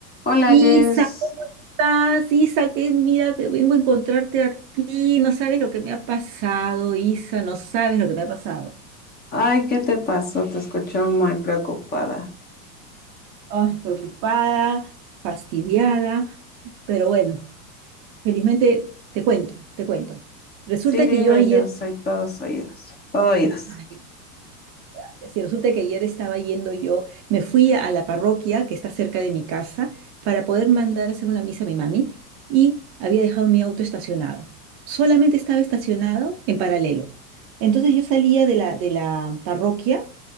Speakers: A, on the left; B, on the right.
A: Hola
B: Isa,
A: Jess,
B: ¿cómo estás? Isa, que mira que vengo a encontrarte aquí. No sabes lo que me ha pasado, Isa, no sabes lo que me ha pasado.
A: ay, ¿qué te pasó? Te escucho muy preocupada.
B: Ay, preocupada, fastidiada, pero bueno, felizmente te cuento, te cuento. Resulta
A: Sí, dime,
B: que yo ayer,
A: yo soy todos oídos, todo oídos.
B: ay, gracias. Y resulta que ayer estaba yendo yo, me fui a la parroquia que está cerca de mi casa para poder mandar a hacer una misa a mi mami y había dejado mi auto estacionado. Solamente estaba estacionado en paralelo. Entonces yo salía de la, de la parroquia,